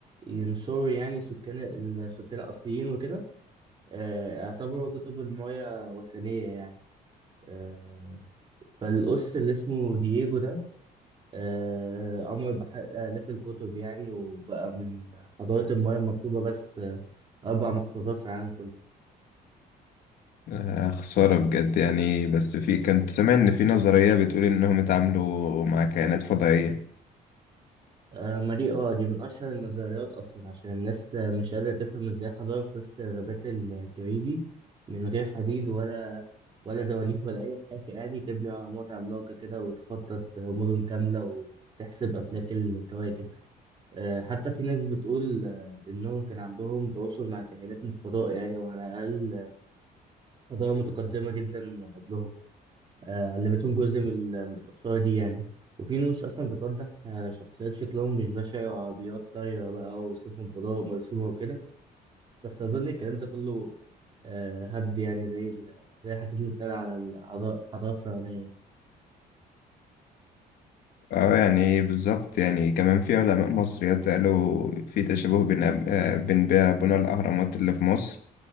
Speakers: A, on the right (about 30°); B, on the left (about 70°).
A: ينصروا يعني سكان السكان الأصليين وكده آه، اعتبروا كتب المايا وثنية يعني آه، فالقس اللي اسمه دييجو ده آه، أمر بحرق آلاف الكتب يعني وبقى من حضارة المايا مكتوبة بس آه، أربع مخطوطات في العالم كله
B: آه خسارة بجد يعني بس في كنت سامع إن في نظرية بتقول إنهم اتعاملوا مع كائنات فضائية
A: آه، ما دي اه دي من أشهر النظريات أصلا عشان الناس آه، مش قادرة تفهم ازاي حضارة في وسط غابات الكاريبي من غير حديد ولا ولا دواليب ولا أي حاجة يعني تبني أهرامات عملاقة كده وتخطط مدن كاملة وتحسب أفلاك الكواكب آه، حتى في ناس بتقول آه، إنهم كان عندهم تواصل مع كائنات من الفضاء يعني وعلى الأقل آه، حضارة متقدمة جدا قبلهم آه، علمتهم جزء من ال- من القصة دي يعني وفي نوش أصلا بتوضح آه، شخصيات شكلهم مش بشع وعربيات طايرة بقى وسفن فضاء مرسومة وكده بس أظن الكلام ده كله آه، هبد يعني زي ال... زي الحاجات اللي بتتقال على الحضا- الحضارة الفرعونية
B: اه يعني بالظبط يعني كمان في علماء مصريات قالوا في تشابه بين أب- آه، بين بقى بنى الأهرامات اللي في مصر